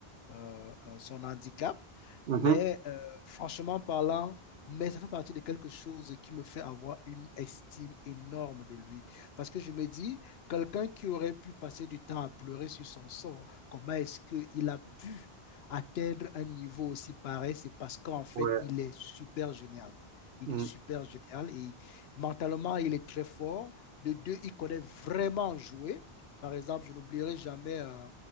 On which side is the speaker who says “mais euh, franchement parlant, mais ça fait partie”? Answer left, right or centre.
Left